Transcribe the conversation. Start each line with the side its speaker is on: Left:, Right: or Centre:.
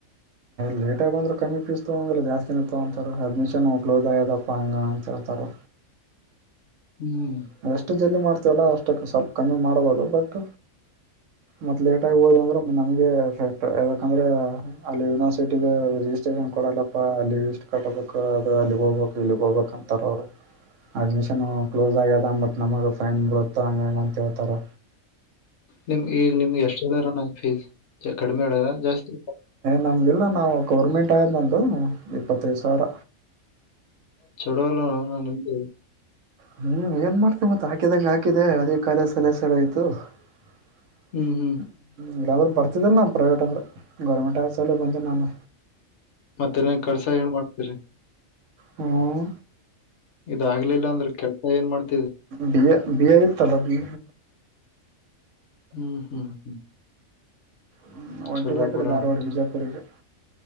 Right: ಲೇಟಾಗಿ ಬಂದ್ರೆ ಕಮ್ಮಿ ಪೀ ಇತ್ತು ಅಂದ್ರೆ ಜಾಸ್ತಿ ನಿತ್ತು ಅಂತಾರೆ ಅಡ್ಮಿಷನ್ ಕ್ಲೋಸ್ ಆಗ್ಯದಪ್ಪ ಹಂಗಗೆ ಅಂತ ಹೇಳ್ತಾರೆ
Left: ಹ್ಮ್
Right: ನಾವ ಎಷ್ಟು ಜಲ್ದಿ ಮಾಡ್ತೀವಲ್ಲ ಅಷ್ಟಕ್ಕೆ ಸ್ವಲ್ಪ ಕಮ್ಮಿ ಮಾಡ್ಬೋದು ಬಟ್ ಮತ್ ಲೇಟ್ ಆಗ್ಬೋದು ಅಂದ್ರೆ ನಮಗೆ ಟ್ ಯಾಕಂದ್ರೆ ಅಲ್ಲಿ ಯೂನಿವರ್ಸಿಟಿ ರಿಜಿಸ್ಟ್ರೇಷನ್ ಕೊಡಲ್ಲಪ್ಪ ಅಲ್ಲಿ ಲ್ ಕಟ್ಟಬೇಕ ಅ ಅಲ್ಲಿಗ್ ಹೋಗ್ಬೇಕು ಇಲ್ಲಿಗೆ ಹೋಗ್ಬೇಕ ಅಂತಾರ ಅವ್ರು ಅಡ್ಮಿಷನ್ ಕ್ಲೋಸ್ ಆಗ್ಯದ ಬಟ್ ನಮಗೆ ಫೈನ್ ಬರುತ್ತ ಹಂಗ ಅಂತೇಳ್ತಾರೆ
Left: ನಿಮ್ ಈಗ ನಿಮ್ಗೆ ಎಷ್ಟು ಹೇಳಾರ ನ ಫೀಸ್ ಕಡಿಮೆ ಹೇಳಾರ ಜಾಸ್ತಿ
Right: ನಮ್ಗೆಲ್ಲ ನಾವು ಗೌರ್ಮೆಂಟ್ ಆದಯ ಬಂದು ಇಪ್ಪತ್ತೈದು ಸಾವಿರ
Left: ಚಡ ಎಲ್ಲ ನಿಮ್ದ
Right: ಹ್ಮ್ ಏನ್ ಮಾಡ್ತವಿ ಮತ್ತ ಹಾಕಿದಂಗ ಹಾಕಿದೆ ಅದೇ ಕಾಲ ಸಲ ಸಳ ಆಯ್ತು ಹ್ಮ
Left: ಹ್ಮ್ ಹ್ಮ್
Right: ಇಲ್ಲಾಂದರು ಬರ್ತಿದ್ದಲ್ಲ ನಾನು ಪ್ರೈವೇಟ್ ಅಂದ್ರೆ ಗೌರ್ಮೆಂಟ್ ಆಸಲ ಬಂದೆ ನಾನು
Left: ಮತ್ತೆನ ಕಳ್ಸಾ ಏನ್ ಮಾಡ್ತೀರಿ
Right: ಹ್ಮ್
Left: ಇದಗ್ಲಿಲ್ಲ ಅಂದ್ರೆ ಕೆಲ್ಸ ಏನ್ ಮಾಡ್ತ
Right: ಬಿ ಎ ಬಿ ಎ ಇತ್ತಲ್ಲ ಬಿ
Left: ಹ್ಮ್ ಹ್ಮ್ ಹ್ಮ್
Right: ಹ್ಮ್ ಒಂಟಿದ
Left: ಚಲೋ
Right: ಆ
Left: ಬಿಡೋಣ
Right: ಕಡೆ ಧಾರವಾಡ ಬಿಜಾಪುರ್ರಿಗೆ